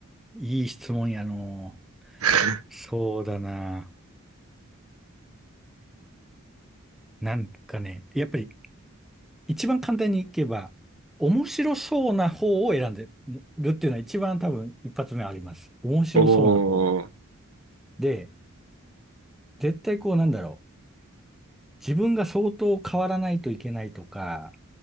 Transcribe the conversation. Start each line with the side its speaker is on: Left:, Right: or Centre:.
Centre: いい質問やの
Right: <laughs>
Centre: う。そうだな。なんかね、やっぱり一番簡単にいけば、面白そうな方を選んでるっていうのは一番多分一発目あります。面白そうな方。
Right: おー、
Centre: で、絶対こうなんだろう。自分が相当変わらないといけないとか、